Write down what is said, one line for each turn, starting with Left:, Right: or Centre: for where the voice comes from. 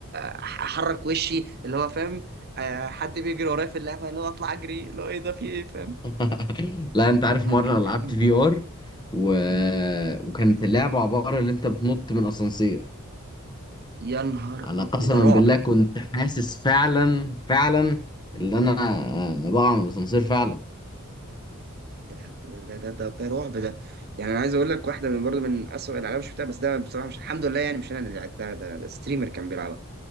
Right: أح- احرك وشي اللي هو فاهم آه، حد بيجري ورايا في اللعبه اللي هو اطلع اجري اللي هو ايه ده في ايه فاهم
Left: <laughs> لا انت عارف
Right: لا
Left: مره
Right: جامده
Left: لعبت
Right: قوي
Left: في ار و...
Right: مم.
Left: وكانت اللعبه عباره اللي انت بتنط من اسانسير
Right: يا نهار
Left: انا
Right: ابيض
Left: قسما
Right: ده رعب
Left: بالله
Right: ده
Left: كنت حاسس فعلا فعلا اللي انا آه، بقع من الاسانسير فعلا
Right: ده ده ده, ده, ده رعب ده يعني انا عايز اقول لك واحده من برضه من اسوء الالعاب اللي شفتها بس ده بصراحه مش الحمد لله يعني مش انا اللي لعبتها ده, ده ستريمر كان بيلعبها